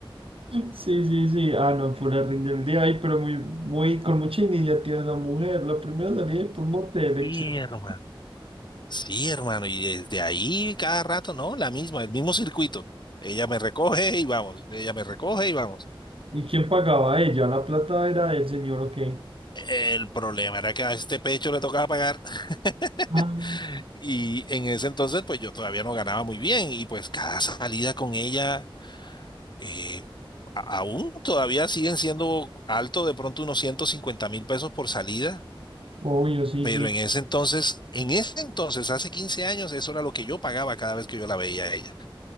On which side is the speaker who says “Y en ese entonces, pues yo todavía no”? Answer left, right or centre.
Left